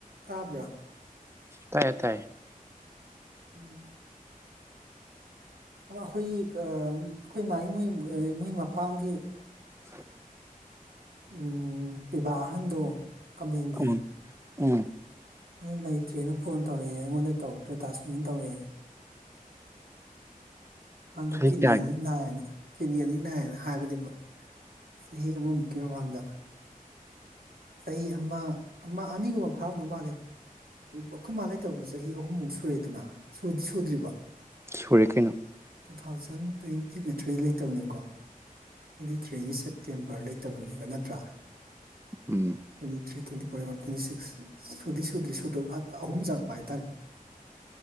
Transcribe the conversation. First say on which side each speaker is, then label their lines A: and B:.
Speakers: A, on the right; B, on the right.
A: ꯇꯥꯕ꯭ꯔꯥ
B: ꯇꯥꯏꯌꯦ ꯇꯥꯏꯌꯦ
A: ꯎꯝ ꯑꯩꯈꯣꯏꯒꯤ ꯑꯩꯈꯣꯏ ꯃꯥꯒꯤ ꯃꯣꯏ ꯃꯣꯏ ꯃꯄꯝꯒꯤ
B: <unintelligible>
A: ꯎꯝ ꯄꯤꯕꯥꯥꯛ ꯑꯍꯟꯗꯣ ꯀꯃꯡꯒꯤ
B: ꯎꯝ ꯎꯝ
A: ꯑꯗꯨ ꯂꯩꯇ꯭ꯔꯦꯅ ꯐꯣꯟ ꯇꯧꯔꯛꯑꯦ ꯑꯩꯉꯣꯟꯗ ꯇꯧꯔꯛꯇ꯭ꯔꯦ ꯗꯥꯁꯃꯤꯅ ꯇꯧꯔꯛꯑꯦ ꯍꯟꯗ
B: ꯆꯍꯤ
A: ꯀꯤꯠꯅꯤ
B: ꯀꯌꯥ
A: ꯑꯅꯤ ꯅꯥꯏꯌꯦꯅ ꯀꯦꯟꯗꯤ ꯑꯅꯤ ꯅꯥꯏꯅ ꯍꯥꯏꯕꯗꯤ ꯆꯍꯤ ꯑꯃꯃꯨꯛꯀꯤ ꯃꯃꯥꯡꯗ ꯆꯍꯤ ꯑꯃ ꯑꯃ ꯑꯅꯤꯒꯨꯝꯕ ꯐꯥꯔꯝꯗꯧ ꯃꯥꯜꯂꯦ ꯑꯩꯈꯣꯏ ꯃꯥꯜ ꯂꯩꯇꯕꯁꯨ ꯆꯍꯤ ꯑꯍꯨꯝꯃꯨꯛ ꯁꯨꯔꯦꯗꯅ ꯁꯨꯗ꯭ꯔꯤꯕ
B: ꯁꯨꯔꯦ ꯀꯩꯅꯣ
A: ꯇꯨ ꯊꯥꯎꯖꯟ ꯇ꯭ꯋꯦꯟꯇꯤꯒ ꯊ꯭ꯔꯤ ꯂꯩꯇꯕꯅꯤꯀꯣ ꯇ꯭ꯋꯦꯟꯇꯤ ꯊ꯭ꯔꯤꯒꯤ ꯁꯦꯞꯇꯦꯝꯕꯔ ꯂꯩꯇꯕꯅꯤꯒ ꯅꯠꯇ꯭ꯔꯥ
B: ꯎꯝ
A: ꯀ ꯊ꯭ꯔꯤ ꯇ꯭ꯋꯦꯟꯇꯤ ꯐꯣꯔꯟ ꯇ꯭ꯋꯦꯟꯇꯤ ꯁꯤꯛꯁ ꯁꯨꯗꯤ ꯁꯨꯗ꯭ꯔꯤ ꯁꯨꯗ ꯑꯍꯨꯝ ꯆꯪꯉꯛꯄ ꯍꯥꯏꯇꯥꯔꯦ